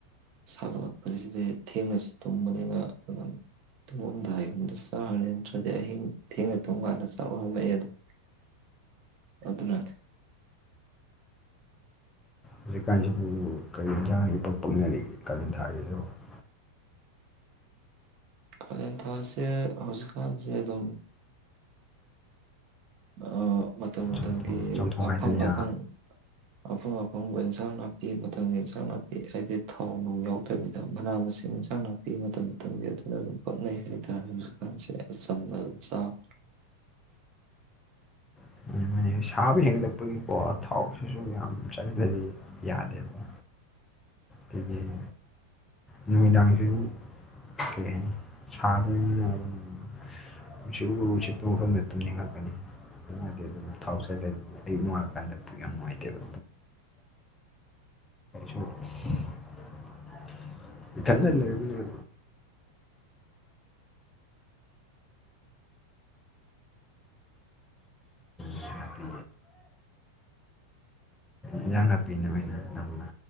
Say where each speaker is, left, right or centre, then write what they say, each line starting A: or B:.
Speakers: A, on the right; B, on the left.
A: ꯁꯥꯒꯠꯂꯛꯄꯖꯤꯗꯤ ꯊꯦꯡꯅꯁꯨ ꯇꯨꯝꯕꯅꯤꯅ ꯑꯗꯨꯝ ꯇꯨꯝꯃꯝꯗꯥꯏ ꯒꯨꯝꯗ ꯆꯥꯔꯦ ꯅꯠꯇ꯭ꯔꯗꯤ ꯑꯍꯤꯡ ꯊꯦꯡꯅ ꯇꯨꯝ ꯀꯥꯟꯗ ꯆꯥꯛ ꯂꯥꯝꯃꯛꯑꯦ ꯑꯗꯨꯅ ꯑꯗꯨꯅꯅꯦ
B: ꯍꯧꯖꯤꯛꯀꯥꯟꯖꯤꯕꯨ ꯀꯔꯤ ꯌꯦꯖꯥꯡꯅ ꯏꯄꯛ ꯄꯛꯅꯔꯤꯒꯦ ꯀꯥꯂꯦꯟ ꯊꯥ <unintelligible>
A: ꯀꯂꯦꯟ ꯊꯥꯁꯦ ꯍꯧꯖꯤꯛꯀꯥꯟꯁꯦ ꯑꯗꯨꯝ ꯑ ꯃꯇꯝ ꯃ
B: ꯆꯝꯊꯣꯡ
A: ꯇꯝꯒꯤ
B: ꯆꯝꯊꯣꯡ
A: ꯑꯐꯪ
B: ꯍꯥꯏꯗꯨꯅꯤ
A: ꯑꯐꯪ
B: ꯍꯥ
A: ꯑꯐꯪ ꯑꯐꯪꯕ ꯏꯟꯁꯥꯡ ꯅꯥꯄꯤ ꯃꯇꯝꯒꯤ ꯏꯟꯁꯥꯡ ꯅꯥꯄꯤ ꯍꯥꯏꯗꯤ ꯊꯥꯎ ꯅꯨꯡ ꯌꯥꯎꯗꯕꯤꯗ ꯃꯅꯥ ꯃꯁꯤꯡ ꯏꯟꯁꯥꯡ ꯅꯥꯄꯤ ꯃꯇꯝ ꯃꯇꯝꯒꯤ ꯑꯗꯨꯅ ꯑꯗꯨꯝ ꯄꯛꯅꯩ ꯍꯥꯏꯇꯥꯔꯦ ꯍꯧꯖꯤꯛꯀꯥꯟꯁꯦ ꯆꯝꯅ ꯑꯗꯨꯝ ꯆꯥꯕ
B: ꯑꯗꯨꯃꯥꯏꯅ ꯁꯥꯕ ꯍꯦꯟꯒꯠꯂꯛꯄꯒꯤꯀꯣ ꯊꯥꯎꯁꯤꯁꯨ ꯌꯥꯝ ꯆꯥꯖꯤꯜꯂꯗꯤ ꯌꯥꯗꯦꯕ ꯑꯩꯈꯣꯏꯒꯤ ꯅꯨꯃꯤꯗꯥꯡꯖꯤꯁꯨ ꯀꯩꯍꯥꯏꯅꯤ ꯁꯥꯕꯅꯤꯅ ꯅꯨꯡꯁꯤꯠ ꯎ ꯎ ꯁꯤꯠꯄ ꯃꯐꯝꯗ ꯇꯨꯝꯅꯤꯡꯉꯛꯀꯅꯤ <unintelligible> ꯊꯥꯎ ꯆꯏꯂꯥꯏ ꯑꯌꯨꯛ ꯅꯨꯡꯉꯥꯜꯂꯀꯥꯟꯗ ꯄꯨꯛ ꯌꯥꯝ ꯅꯨꯡꯉꯥꯏꯇꯦꯕ <unintelligible> ꯏꯊꯟꯗ ꯂꯩꯔꯝꯅꯤꯅ <unintelligible> ꯅꯄꯤ ꯏꯟꯖꯥꯡ ꯅꯥꯄꯤꯅ ꯑꯣꯏꯅ ꯌꯥꯝꯅ